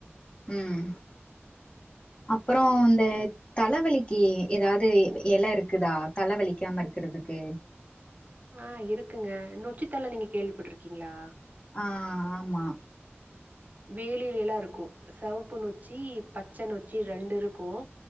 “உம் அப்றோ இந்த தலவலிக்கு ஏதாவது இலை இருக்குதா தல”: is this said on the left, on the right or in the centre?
Left